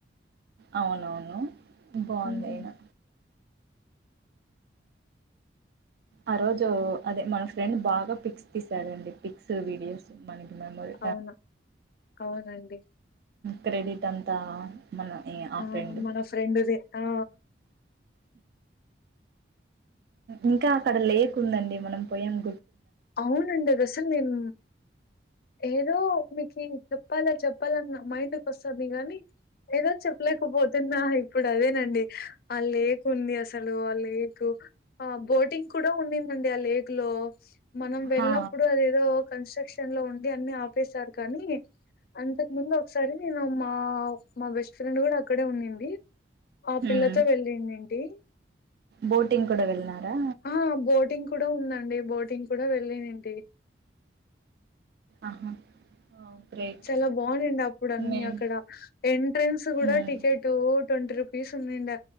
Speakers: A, on the right (about 55°); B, on the left (about 55°).
A: అవునవును బాగుందియినా
B: హ్మ్
A: ఆ రోజు అదే మన ఫ్రెండ్ బాగా పిక్స్ తీసారండీ పిక్స్ వీడియోస్ మనకి మెమొరీ
B: అవునా అవునండి
A: క్రెడిట్ అంతా మన
B: ఆ
A: ఫ్రెండ్ది
B: మన ఫ్రెండ్ దే ఆ
A: ఇంకా అక్కడ లేకుందండి మనం పోయేగు
B: అవునండిది అసలు నేను ఏదో మీకి చెప్పాలా చెప్పాలన్న మైండ్ కు వస్తుంది గాని ఏదో చెప్పలేకపోతున్నా ఇప్పుడు అదే న ఆ లేకుంది అ అసలు ఆ లేక్ ఆ బోటింగ్ కూడా ఉండింది అండి ఆ లేక్ లో మనం వెళ్ళినప్పుడు
A: హా
B: అదేదో కాన్స్టేక్షన్ లో ఉండి అన్ని ఆపేశారు కానీ అంతకు ముందు ఒకసారి నేను మా మా బెస్ట్ ఫ్రెండ్ కూడా అక్కడే ఉన్నింది ఆ పిల్లతో
A: మ్మ్
B: వేలిందండి
A: బోటింగ్ కూడా వెళ్నారా
B: ఆ! బోటింగ్ కూడా ఉందండి బోటింగ్ కూడా వెళ్ళండి
A: ఆహా ఓ గ్రేట్
B: చాలా బాగుండింది అప్పుడు అన్ని
A: మేం
B: అక్కడ ఎంట్రెన్స్ కూడా
A: మ్మ్
B: టిక్కెటు టోటి రూపీస్ ఉన్నాయండి